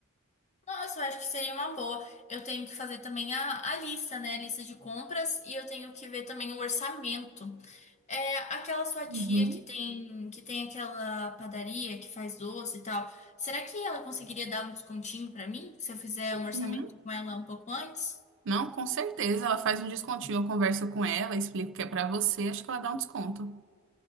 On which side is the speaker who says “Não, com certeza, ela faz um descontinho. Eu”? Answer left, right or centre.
Right